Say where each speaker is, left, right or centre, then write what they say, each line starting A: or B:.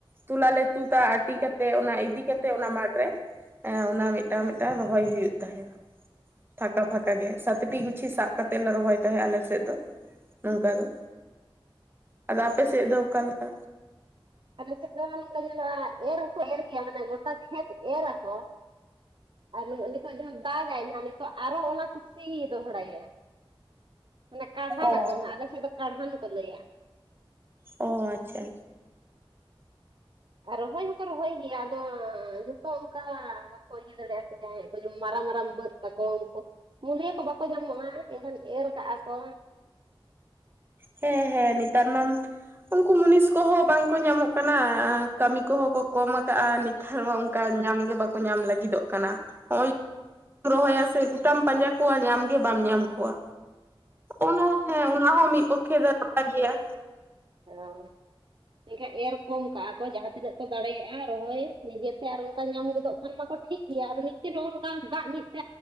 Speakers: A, on the right (about 25°); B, on the right (about 55°).
A: ᱛᱩᱞᱟᱞᱮ ᱛᱩᱫᱟ ᱟᱹᱴᱤ ᱠᱟᱛᱮᱜ ᱚᱱᱟ ᱤᱫᱤ ᱠᱟᱛᱮᱜ ᱚᱱᱟ ᱢᱟᱴᱷ ᱨᱮ ᱚᱱᱟ ᱢᱤᱫᱴᱟᱝ ᱢᱤᱫᱴᱟᱝ ᱨᱚᱦᱚᱭ ᱦᱩᱭᱩᱜ ᱛᱟᱦᱮᱱᱟ ᱯᱷᱟᱸᱠᱟ ᱯᱷᱟᱸᱠᱟ ᱜᱮ ᱥᱟᱛᱴᱤ ᱜᱩᱪᱷᱤ ᱥᱟᱵ ᱠᱟᱛᱮ ᱞᱮ ᱨᱚᱦᱚᱭ ᱛᱟᱦᱮᱸᱫ ᱟᱞᱮᱥᱮᱫ ᱫᱚ ᱱᱚᱝᱠᱟ ᱫᱚ ᱟᱫᱚ ᱟᱯᱮ ᱥᱮᱫ ᱫᱚ ᱚᱠᱟ ᱞᱮᱠᱟ?
B: ᱟᱞᱮ ᱥᱮᱫ ᱫᱚ ᱱᱚᱝᱠᱟ ᱡᱮᱱᱚ ᱮᱨ ᱦᱚᱸᱠᱚ ᱮᱨ ᱜᱮᱭᱟ ᱢᱟᱱᱮ ᱜᱚᱴᱟ ᱠᱷᱮᱛ ᱮᱨ ᱟᱠᱚ <inaudible> ᱟᱨ ᱱᱤᱛᱚᱜ ᱡᱮᱢᱚᱱ ᱫᱟᱜᱟᱭ ᱱᱟᱦᱟᱜ ᱱᱤᱛᱚᱜ ᱟᱨᱚ ᱚᱱᱟ ᱠᱚ ᱥᱤ ᱫᱚᱦᱲᱟᱭᱟ ᱢᱟᱱᱮ ᱠᱟᱲᱦᱟᱱᱟᱠᱚ
A: ᱚ
B: ᱦᱟᱸᱜ ᱟᱞᱮ ᱥᱮᱫ ᱫᱚ ᱠᱟᱲᱦᱟᱱ ᱠᱚ ᱞᱟᱹᱭᱟ
A: ᱚ ᱟᱪᱪᱷᱟ
B: ᱨᱚᱦᱚᱭ ᱦᱚᱠᱚ ᱨᱚᱦᱚᱭ ᱜᱮᱭᱟ ᱟᱫᱚ ᱡᱚᱛᱚ ᱚᱱᱠᱟ ᱵᱟᱠᱚ ᱤᱭᱟᱹ ᱫᱟᱲᱮᱭᱟᱜᱼᱟ ᱥᱮ ᱢᱟᱨᱟᱝ ᱢᱟᱨᱟᱝ ᱵᱟᱹᱫᱽ ᱛᱟᱠᱚ ᱩᱱᱠᱩ <unintelligible> ᱠᱚ ᱵᱟᱠᱚ ᱧᱟᱢᱚᱜᱼᱟ ᱮᱱᱠᱷᱟᱱ ᱮᱨ ᱠᱟᱜᱟ ᱠᱚ
A: ᱦᱮᱸ ᱦᱮᱸ ᱱᱮᱛᱟᱨ ᱢᱟᱢ ᱩᱱᱠᱩ ᱢᱩᱱᱤᱥ ᱠᱚᱦᱚᱸ ᱵᱟᱝᱠᱚ ᱧᱟᱢᱚᱜ ᱠᱟᱱᱟ᱾ ᱠᱟᱹᱢᱤ ᱠᱚᱦᱚᱸ ᱠᱚ ᱠᱚᱢ ᱟᱠᱟᱜᱼᱟ ᱱᱤᱛ ᱚᱱᱠᱟ ᱧᱟᱢ ᱜᱮ ᱵᱟᱠᱚ ᱧᱟᱢ ᱞᱟᱹᱜᱤᱫᱚᱜ ᱠᱟᱱᱟ᱾ ᱦᱚᱜᱼᱚᱭ ᱨᱚᱦᱚᱭᱟ ᱥᱮ ᱜᱚᱴᱟᱢ ᱯᱟᱸᱡᱟ ᱠᱚᱣᱟ ᱧᱟᱢ ᱜᱮ ᱵᱟᱢ ᱧᱟᱢ ᱠᱚᱣᱟ᱾ ᱚᱱᱟ ᱦᱮᱸ ᱚᱱᱟ ᱦᱚᱸ ᱢᱤᱫ ᱯᱚᱠᱠᱷᱮ ᱫᱚ ᱱᱟᱯᱟᱭ ᱜᱮᱭᱟ᱾
B: ᱦᱮᱸ ᱛᱤᱱᱟᱹᱜ ᱮᱨ ᱠᱚᱢ ᱠᱟᱜᱼᱟ ᱠᱚ ᱡᱟᱦᱟᱸ ᱛᱤᱱᱟᱹᱜ ᱠᱚ ᱫᱟᱲᱮᱭᱟᱜᱼᱟ ᱨᱚᱦᱚᱭ ᱱᱤᱡᱮ ᱛᱮ ᱟᱨ ᱚᱱᱠᱟ ᱧᱟᱢ ᱜᱚᱫᱚᱜ ᱠᱷᱟᱱ ᱢᱟᱠᱚ ᱴᱷᱤᱠ ᱜᱮᱭᱟ ᱟᱫᱚ ᱢᱤᱫᱴᱟᱝ ᱱᱚᱜ ᱱᱚᱝᱠᱟ ᱫᱟᱜ ᱢᱤᱫ ᱛᱮ